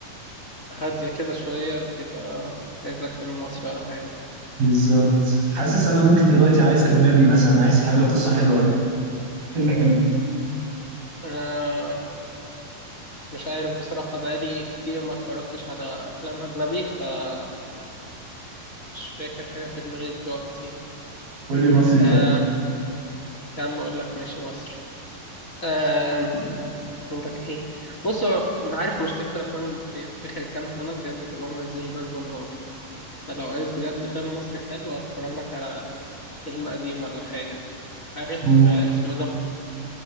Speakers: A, on the left (about 25°); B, on the right (about 80°).
A: هادية كده شوية بيبقى عايز لك فيلم مصري ولا حاجة
B: بالظبط حاسس أنا ممكن دلوقتي عايز أجنبي مثلا عايز حاجة قصة حلوة فيلم حلو
A: آه مش عارف بصراحة بقالي كتير ما اتفرجتش على افلام اجنبي فمش فاكر حاجة في دماغي دلوقتي
B: قول لي مصري طب
A: آه يا عم اقول لك ماشي مصري آم، اقول لك ايه بص هو أنا عارف مشكله الافلام المصريه اخر كام سنه بجد كلهم عايزين ضرب النار فلو عايز بجد فيلم مصري حلو هتفرج لك على فيلم قديم ولا حاجه عارف
B: ممكن
A: آه، اسمه ده